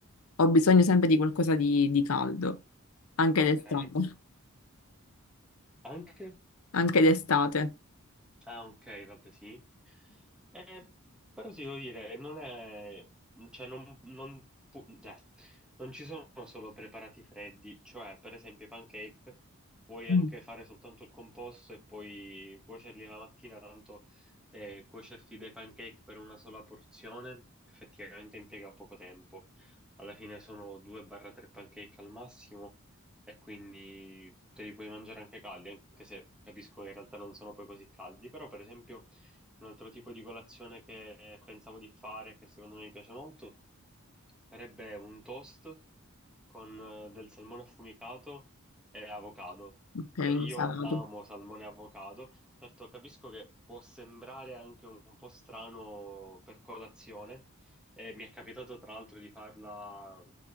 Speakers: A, on the left; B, in the centre.
A: ho bisogno sempre di qualcosa di, di caldo, anche
B: Ok,
A: d'estate, <laughs>
B: anche?
A: anche d'estate.
B: Ah, ok, vabbè, sì. Eh, però ti devo dire, non è... cioè, non, non, pu- cioè, non ci sono solo preparati freddi, cioè, per esempio, i pancake puoi
A: Mm.
B: anche fare soltanto il composto e poi cuocerli la mattina, tanto eh, cuocerti dei pancake per una sola porzione effettivamente impiega poco tempo. Alla fine sono 2-3 pancake al massimo e quindi te li puoi mangiare anche caldi, anche se capisco che in realtà non sono poi così caldi, però per esempio un altro tipo di colazione che pensavo di fare, che secondo me mi piace molto, Sarebbe un toast con eh, del salmone affumicato e avocado.
A: Ok, quindi
B: Eh, io
A: salato.
B: amo salmone e avocado. Certo, capisco che può sembrare anche un po' strano per colazione. Eh, mi è capitato tra l'altro di farla